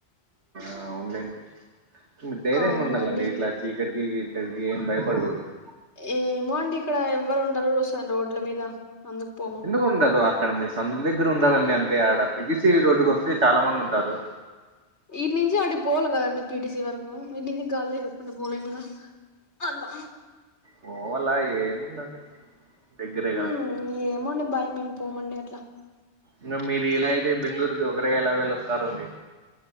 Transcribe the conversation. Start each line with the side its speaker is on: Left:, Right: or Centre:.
Right: ఆ అవున్లేండి మీరు ధైర్యంగా
Left: అవునండి
Right: ఉండాలండి ఇట్లా చీకటికి ఇతరికి ఏం భయపడకూడదు
Left: ఏమో అండి ఇక్కడ ఎవ్వరు ఉండరు అసల రోడ్ల మీద అందుకు పోము
Right: ఎందుకు ఉండరు అక్కడ మీ సందు దగ్గర ఉండరండి అంటే అడ పిటిసి రోడ్డు చాలా మంది ఉంటారు
Left: ఇటీ నుంచి అడికి పోవాలి కదండి పీటీసీ వరకు ఇట్ నించి గాల్లో ఎగుర్కుంటా పోలేన్గా అల్హా
Right: పోవలా ఏముందండి దగ్గరే కదా
Left: ఉమ్ ఏమో అండి భయం మేమ్ పోమండి అట్లా
Right: ఇంకా మీరు ఇలా అయితే బెంగళూరుకి ఒకరే ఎలా వెళ్ళి వస్తారండి